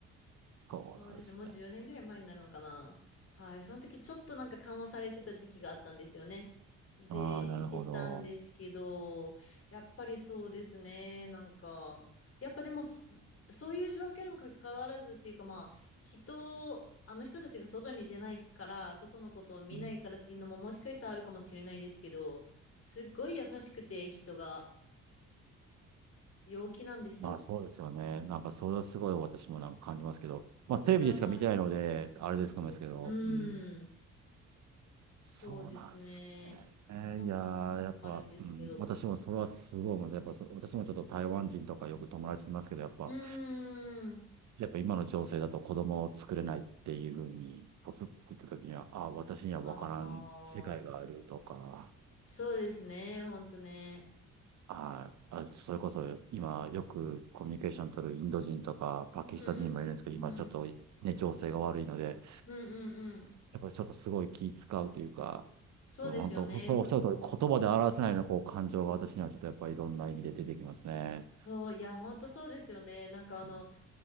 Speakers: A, on the right (about 70°); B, on the left (about 50°).
A: そうなんですね。
B: そうですね。もう10年ぐらい前になるのかな。はい。その時ちょっとなんか緩和されてた時期があったんですよね。で、
A: ああ、なるほど。
B: 行けたんですけど、やっぱりそうですね。なんか、やっぱでもそ、そういう状況にもかかわらずっていうかまあ、人、あの人たちが外に出ないから、外のことを見ないからっていうのももしかしたらあるかもしれないですけど、
A: うん
B: すっごい優しくて人が陽気なんですよ。
A: まあそうですよね。なんかそれはすごい私もなんか感じますけど。まあテレビでしか見てないので、
B: どっちからもあるかもしれないですけど。
A: あれですかもですけど。
B: うーん。
A: うんそうなんですね。
B: そうですね。
A: えーいやー、
B: なんか、
A: やっぱ、
B: あるんですけど。
A: うん、私もそれはすごい思う。やっぱそ、私もちょっと台湾人とかよく友達いますけど、やっぱ、
B: うーん。
A: やっぱ今の情勢だと子供を作れないっていうふうに、ポツって言った時には、あ、私には分からん世界があるとか、
B: ああ、そうですね。ほんとね。
A: あ、あ、それこそ今よくコミュニケーション取るインド人とかパキスタン人もいるんですけど、
B: うんうん
A: 今ちょっとね、
B: うんうん。
A: 情勢が悪いので、
B: うんうんうん。
A: やっぱりちょっとすごい気使うというか、
B: そうですよね。
A: うん、本当、そうおっしゃる通り、
B: その、
A: 言葉で表せないようなこう感情が私にはちょっとやっぱりいろんな意味で出てきますね。
B: そう、いや、ほんとそうですよね。なんかあの、
A: うん、